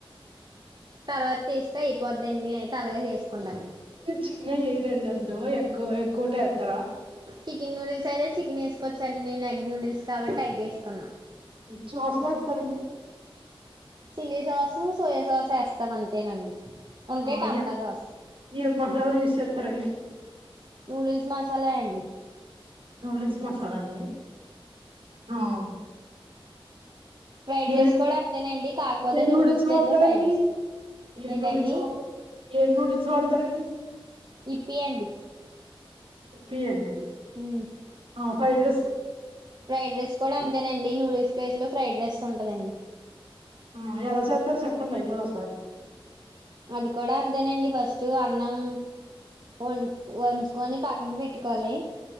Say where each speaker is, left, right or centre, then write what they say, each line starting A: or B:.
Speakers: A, on the right (about 45°); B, on the right (about 65°).
A: తర్వాత తీస్తే అయిపోద్దండి. నేనాయితే అలాగే చేసుకుంటానండి.
B: చిక్న ఎయిరండ్దులో ఎగ్ ఎగ్గోటే ఎత్తర
A: చికెన్ నూడిల్స్ అయితే చికెన్ ఎసుకోవచ్చండి. నేను ఎగ్ నూడిల్స్ కాబట్టి, ఎగ్ ఎసుకున్నా.
B: ఈ చోస్లేటరండి.
A: చిల్లీ సాసు, సోయా సాస్ యస్తం. అంతేనండి ఉంటే
B: ఆ
A: టమాటా
B: ఏ
A: సాసు.
B: ఏం మసాలా యూస్ చేస్తారండి
A: నూడిల్స్ మాస్ సాలెండి
B: నూడిల్స్ మసాలా అండి. అవున్
A: ఫ్రైడ్ రైస్
B: ఏ
A: కూడా అంతేనండి కాకపోతే
B: ఏ గుడించిపారంండి
A: నూడిల్స్ ప్లేస్ లో ఫ్రైడ్ రైస్
B: ఏం
A: ఏంటండి
B: నూడిల్స్ వాడుత ఏం నూడిల్స్ వాడతారండి?
A: యిప్పీ అండి
B: యిప్పి యండి.
A: ఉమ్
B: ఆ ఫ్రైడ్ రైసు
A: ఫ్రైడ్ రైస్ కూడా అంతేనండి. నూడిల్స్ ప్లేస్ లో ఫ్రైడ్ రైస్ ఉంటదండి.
B: ఆ ఎలా సెత్తరో సేప్పండి. అయి కూడా ఒకసారి.
A: అది కూడా అంతేనండి ఫస్ట్ అన్నం. వండ్ వంచుకొని పక్కన పెట్టుకోలి.